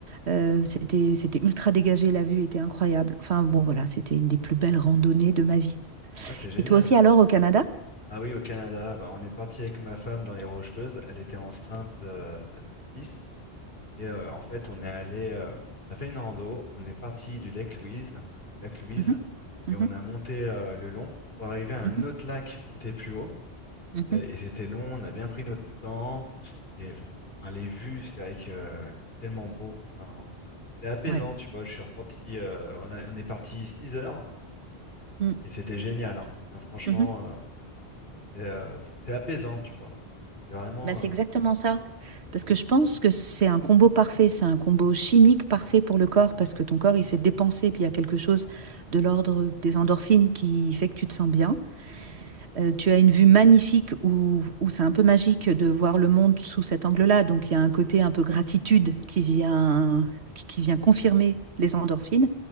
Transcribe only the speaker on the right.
euh, c'était c'était ultra dégagé, la vue était incroyable. Enfin bon voilà, c'était une des plus belles randonnées de ma vie.
Et toi aussi alors au Canada?
Mhm. Mhm.
Mhm.
Mhm.
Ouais.
Mm.
Mhm.
Bah, c'est
exactement ça. Parce que je pense que c'est un combo parfait, c'est un combo chimique parfait pour le corps, parce que ton corps, il s'est dépensé, puis il y a quelque chose de l'ordre des endorphines qui fait que tu te sens bien. Euh, tu as une vue magnifique où, où c'est un peu magique de voir le monde sous cet angle-là. Donc, il y a un côté un peu gratitude qui vient, qui, qui vient confirmer les endorphines.